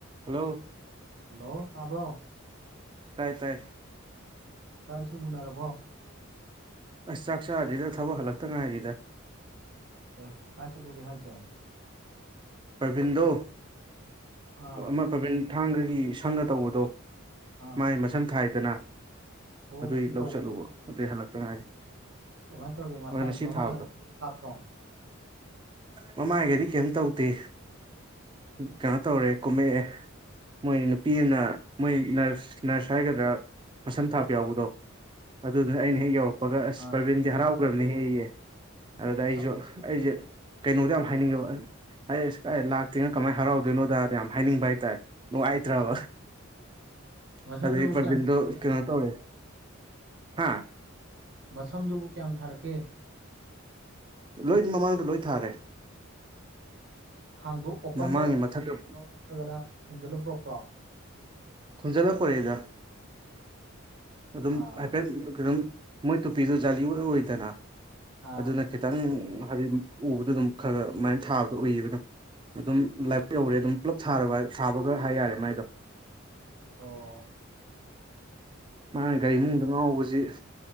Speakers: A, on the right; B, on the right.
A: ꯍꯜꯂꯣ
B: ꯍꯜꯂꯣ ꯇꯥꯕ꯭ꯔꯣ
A: ꯇꯥꯏ ꯇꯥꯏ
B: ꯆꯋꯥꯏꯁꯤ ꯎꯅꯔꯕꯣ
A: ꯑꯁ ꯆꯥꯛ ꯆꯥꯁꯤꯗ ꯊꯕꯛ ꯍꯜꯂꯛꯇ ꯉꯥꯏꯔꯤꯗ
B: ꯑꯦ ꯀ ꯆ ꯂꯒꯦ ꯍꯥꯏ ꯆꯦ
A: ꯄ꯭ꯔꯕꯤꯟꯗꯣ
B: ꯑꯥ
A: ꯑꯃ ꯄ꯭ꯔꯥꯕꯤꯟ ꯊꯥꯡꯒꯒꯤ ꯁꯪꯒ ꯇꯧꯕꯗꯣ
B: ꯑꯥ
A: ꯃꯥꯏ ꯃꯁꯝ ꯊꯥꯏꯗꯅ
B: ꯃꯑꯣꯡ
A: ꯑꯗꯨꯏ
B: ꯉꯁꯤ
A: ꯂꯧ
B: ꯇꯧꯕꯗꯣ
A: ꯆꯠꯂꯨꯕ ꯑꯗꯨꯏ ꯍꯜꯂꯛꯇ ꯉꯥꯏꯔꯤ
B: ꯀꯃꯥꯏꯅ ꯇꯧꯔꯤꯒꯦ ꯃꯁꯥ
A: ꯍꯣꯏ ꯉꯁꯤ
B: ꯃꯃꯥꯏꯒ
A: ꯊꯥꯕꯗꯣ
B: ꯑꯗꯨ ꯂꯥꯛꯇ꯭ꯔꯣ
A: ꯃꯃ ꯍꯥꯏꯒꯦꯗꯤ ꯀꯝ ꯇꯧ ꯗꯤ ꯀꯩꯅꯣ ꯇꯧꯔꯦ ꯀꯨꯝꯃꯛꯑꯦ ꯃꯣꯏ ꯅꯨꯄꯤꯅ ꯃꯣꯏ ꯅꯔꯁ ꯅꯔꯁ ꯍꯥꯏꯒꯗ꯭ꯔꯥ ꯃꯁꯝ ꯊꯥꯕ ꯌꯥꯎꯕꯗꯣ ꯑꯗꯨꯗꯨꯅ ꯑꯩꯅ ꯍꯦꯛ ꯌꯧꯔꯛꯄꯒ ꯑꯁ
B: ꯑꯥ
A: ꯄ꯭ꯔꯔꯕꯤꯟꯁꯦ ꯍꯔꯥꯎꯈ꯭ꯔꯕꯅꯤ ꯍꯦꯛ ꯑꯩꯌꯦꯦ ꯑꯗꯨꯗ
B: ꯃꯁꯝ
A: ꯑꯩꯁꯨ ꯑꯩꯁꯦ ꯀꯩꯅꯣꯗ ꯌꯥꯝ ꯍꯥꯏꯅꯤꯡꯉꯦꯕ ꯑꯩꯥꯏ ꯂꯥꯛꯇꯔꯤꯅ ꯀꯃꯥꯏꯅ ꯍꯔꯥꯎꯗꯣꯏꯅꯣꯗ ꯌꯥꯝ ꯍꯥꯏꯅꯤꯡꯕ ꯍꯥꯏꯇꯥꯔꯦ ꯅꯨꯡꯉꯥꯏꯇ꯭ꯔꯕ
B: ꯑꯥ ꯃꯁꯝꯗꯨꯕꯨ
A: ꯑꯗꯩ ꯕꯔꯇꯤꯟ
B: ꯀꯌꯥꯝ ꯊꯥꯔꯛꯀꯦ
A: ꯗꯣ ꯀꯩꯅꯣ ꯇꯧꯔꯦ ꯍꯥ
B: ꯃꯁꯝꯗꯨꯕꯨ ꯀꯌꯥꯝ ꯊꯥꯔꯛꯀꯦ
A: ꯂꯣꯏ ꯃꯃꯥꯡꯗ ꯂꯣꯏ ꯊꯥꯔꯦ
B: ꯍꯥꯡꯗꯣ ꯑꯣꯄꯟꯗ
A: ꯃꯃꯥꯡꯒꯤ ꯃꯊꯛꯀ
B: ꯅꯠꯇ꯭ꯔꯒꯅ ꯈꯨꯝꯖꯤꯜꯂ ꯄꯨꯔꯛꯄ꯭ꯔꯣ
A: ꯈꯣꯟꯖꯜꯂ ꯄꯣꯔꯛꯢꯗ ꯑꯗꯨꯝ
B: ꯑꯥ
A: ꯍꯥꯏꯐꯦꯠ ꯈꯤ ꯃꯣꯏ ꯇꯨꯄꯤꯗꯨ ꯖꯥꯂꯤ ꯑꯣꯏꯗꯅ
B: ꯑꯥ
A: ꯑꯗꯨꯅ ꯈꯤꯇꯪ ꯍꯥꯏꯗꯤ ꯎꯕꯗ ꯑꯗꯨꯝ ꯈꯔ ꯑꯗꯨꯃꯥꯏꯅ ꯊꯥꯕꯗꯣ ꯎꯏꯌꯦꯕ ꯑꯗꯨꯝ ꯑꯗꯨꯝ ꯂꯥꯏꯕꯥꯛ ꯌꯧꯔꯦ ꯑꯗꯨꯝ ꯄꯨꯂꯞ ꯊꯥꯕ ꯈꯔ ꯍꯥꯏ ꯌꯥꯔꯦ ꯃꯥꯏꯗꯣ
B: ꯑꯣ
A: ꯃꯥꯅ ꯒꯥꯔꯤ ꯃꯅꯨꯡꯗ ꯉꯥꯎꯕꯁꯤ